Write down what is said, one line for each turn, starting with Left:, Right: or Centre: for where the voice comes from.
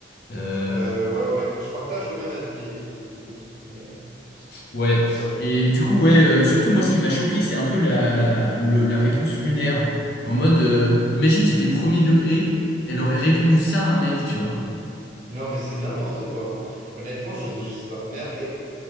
Left: Euh,
Right: Euh, ouais, ouais. Je partage le même avis, et, écoute. Mais euh,
Left: Ouais.
Right: voilà.
Left: Et du coup, ouais, euh, surtout moi, ce qui m'a choqué, c'est un peu la, le- la réponse lunaire. En mode, euh, imagine, j'étais premier degré, elle aurait répondu ça à un mec, tu vois.
Right: Non, mais c'est n'importe quoi. hein. Honnêtement, je, je sais pas. Mais après,